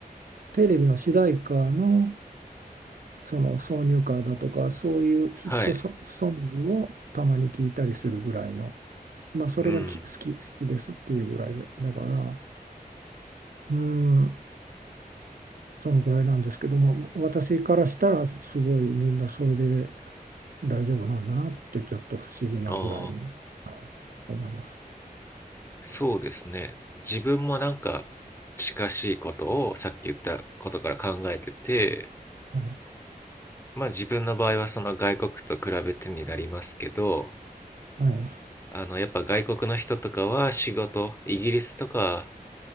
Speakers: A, on the right (about 70°); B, on the left (about 15°).
A: テレビの主題歌の、その挿入歌だとか、そういうヒットソ、
B: はい。
A: ソングをたまに聴いたりするぐらいの、まあ、それがき好き、
B: うん。
A: 好きですっていうぐらいだだから、うん、そのぐらいなんですけども、私からしたらすごいみんなそれで大丈夫なんだなってちょっと不思議なぐらいに、
B: ああ、
A: はい、思います。
B: そうですね。自分もなんか近しいことをさっき言ったことから考えてて、
A: はい。
B: まあ自分の場合はその外国と比べてになりますけど、
A: はい。
B: あの、やっぱ外国の人とかは仕事、イギリスとか